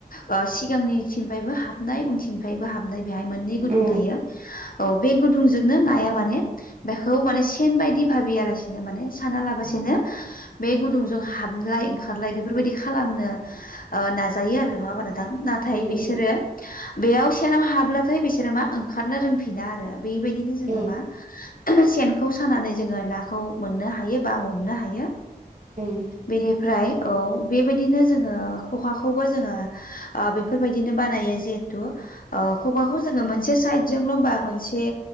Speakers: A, on the left; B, on the right.
A: ओ सिगांनिसिमफ्रायबो हाबनाय उनथिनिफ्रायबो हाबनाय बेहाय मोननै गुदुं
B: औ
A: थायो औ बे गुदुंजोंनो नाया माने बेखौ माने सेन बायदि भाबियालासिनो माने साना लाबसिनो बे गुदुंजों हाबलाय ओंखारलाय बेफोरबायदि खालामनो ओ नाजायो आरो नङा मानो थां नाथाय
B: औ
A: बिसोरो
B: औ
A: बेयाव सेनाव हाब्लाथाय बिसोरो मा ओंखारनो रोंफिना आरो। बेबायदिनो जोङो
B: औ
A: मा सेनखौ सानानै जोङो नाखौ मोननो हायो बा हमनो हायो।
B: उम।
A: बेनिफ्राय औ बेबायदिनो जोङो खखाखौबो जोङो ओ बेफोरबायदिनो बानायो जिहेथु ओ खुगाखौ जोङो मोनसे साइदजोंल' बा मोनसे